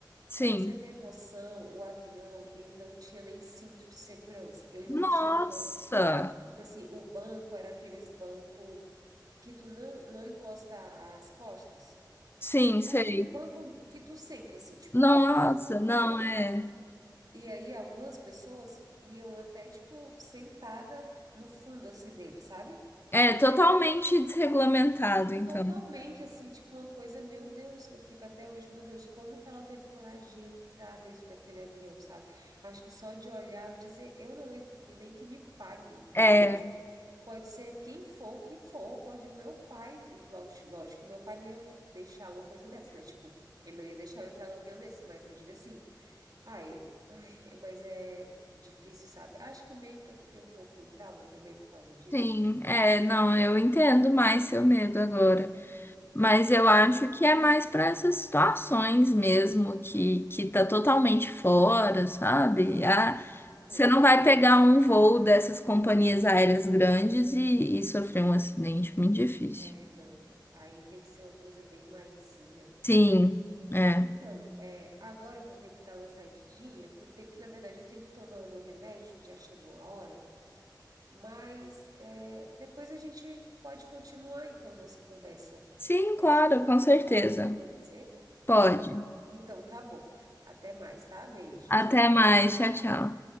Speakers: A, on the left (about 30°); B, on the right (about 55°).
A: sim.
B: Para você ter noção, o avião, ele não tinha nem cinto de segurança, ele
A: Nossa!
B: não tinha banco. Tipo assim, o banco era aqueles banco que tu não, não encosta as costas.
A: Sim, sei.
B: Aquele banco que tu senta, assim, tipo,
A: Nossa,
B: banco de
A: não,
B: rua.
A: é.
B: E aí algumas pessoas iam até, tipo, sentada no fundo, assim, dele, sabe?
A: É totalmente desregulamentado, então.
B: Totalmente, assim, tipo, uma coisa, meu Deus, que eu fico até hoje, meu Deus, como que ela teve coragem de entrar dentro daquele avião, sabe? Acho que só de olhar eu dizer, eu não entro aqui, nem que me pague,
A: É,
B: entendeu? Tipo, pode ser quem for, o que for, pode o meu pai, e logo, lógico, que meu pai nem ia deixar uma coisa dessa, né? Tipo, ele não ia deixar eu entrar no avião desse, mas eu digo assim, Ai, ai, é- mas é difícil, sabe? Acho que meio que eu fiquei um pouco com trauma também por causa disso.
A: sim, é, não, eu entendo mais seu medo agora.
B: É.
A: Mas
B: Ai,
A: eu acho
B: mas
A: que é mais para essas situações mesmo que, que tá totalmente fora, sabe? Ah,
B: é
A: você
B: louco,
A: não vai
B: né?
A: pegar um voo dessas companhias aéreas grandes e, e sofrer um acidente muito difícil.
B: É, não. Aí tem que ser uma coisa bem mais assim, né?
A: Sim, é.
B: Então, é, agora eu vou ter que dar uma saidinha, que eu tenho que, na verdade, eu tenho que tomar o meu remédio, que já chegou a hora. Mas é, depois a gente pode continuar, então, nossa conversa
A: Sim,
B: é,
A: claro,
B: sobre
A: com certeza.
B: isso. Pode ser?
A: Pode.
B: Então, então, tá bom. Até mais, tá? Beijo,
A: Até
B: tchau.
A: mais, tchau, tchau.